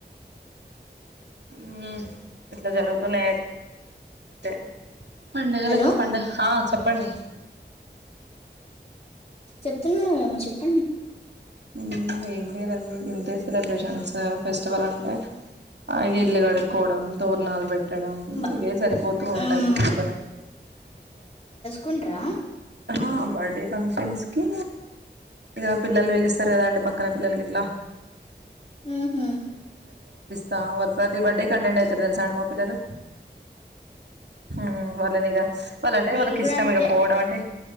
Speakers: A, on the right; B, on the left.
A: ఉమ్ ఎట్లా జరుగుతున్నాయి అన్ తే పండగలకు
B: హలో
A: పండగ చెప్పండి
B: చెప్తున్నారేమో చెప్పండి
A: ఉమ్ ఏమ్లేదండి ఎంటెశ్వర బ్రేషన్స్ ఫెస్టివల్ అంటా ఆ ఇల్లు కడుక్కోవడం తోరణాలు పెట్ ట్టడం
B: బ
A: ఇవే సరిపోతూ ఉంటాయి
B: మ్
A: తనే
B: కుంట్రా
A: ఆ బర్డే ఫంక్షన్స్కి ఇగ పిల్లలు పిలుస్తారు కదా అండి పక్కన పిల్లలకి ఇట్లా
B: ఉమ్ హు
A: త వల్ ప్రతి బర్త్డే కి అటెండ్ అయితరు తెల్సా అండి మా పిల్లలు హుమ్ వాళ్ళనిగా వాళ్ళంటే
B: మేము
A: వాళ్ళకి
B: కూడా
A: ఇష్టం
B: అంతే
A: ఇక పోవడం అంటే